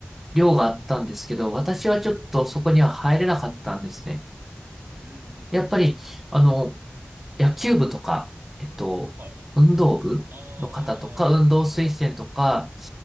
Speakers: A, in the centre; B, on the right (about 60°).
A: 寮があったんですけど、私はちょっとそこには入れなかったんですね。
B: はいはいええはいはいうんうんうんうんうん。
A: やっぱり、あの、野球部とか、えっと、
B: はい。
A: 運動部の方とか、
B: ああ、
A: 運動推薦とか
B: なるほど。